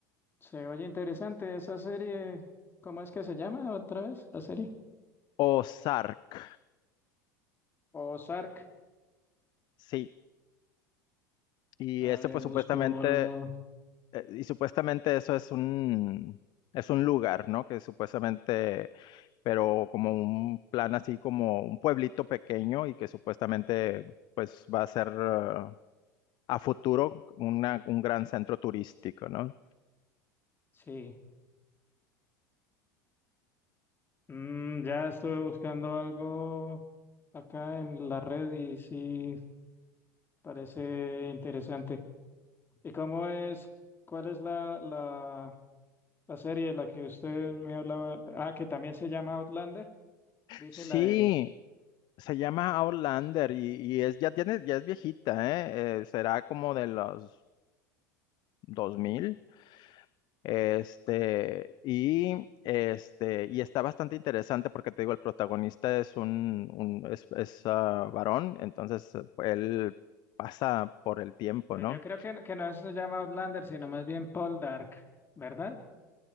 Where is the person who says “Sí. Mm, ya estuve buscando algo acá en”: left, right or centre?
Left